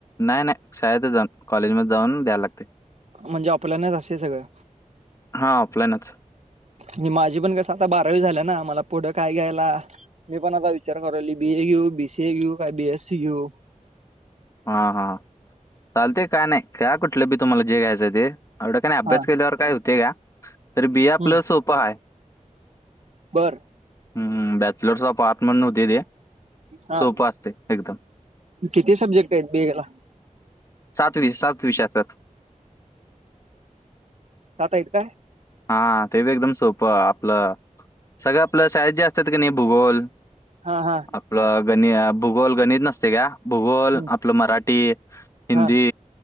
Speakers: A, on the left (about 25°); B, on the right (about 55°).
A: नाही नाही शाळेतच जाऊन कॉलेजमध्येध्ये जाऊन द्यायला लागते.
B: म्हणजे आपल्यानच असे सगळं.
A: हा ऑफलाईनच
B: म्हज माझी पण कसं आता बारावी झाल्या ना मला पुढं काय घ्यायला. मी पण आता विचार करवल बी ए घेऊ बीसीए घेऊ काय बीएसी घेऊ.
A: हा हा चालतेय काय नाही काय कुठलं बी तुम्हाला जे घ्यायचं ते एवढं का नाही अभ्यास
B: हा
A: केल्यावर काय होतेय का तर बीए आपलं
B: हम्म,
A: सोपं आहे.
B: बर.
A: हम्म बॅचुलर्स अपार्टमेंट होते ते
B: हा
A: सोपं असते एकदम
B: किती सब्जेक्ट आहेत बीएला
A: सातवी सात विश असात.
B: सात आहेत का?
A: हा ते बी एकदम सोपं आपलं सगळं आपलं शाळेत जे असतात का नाही भूगोल
B: हा हा.
A: आपलं गण भूगोल गणित नसते का? भूगोल
B: हम्म,
A: आपलं मराठी हिंदी
B: हा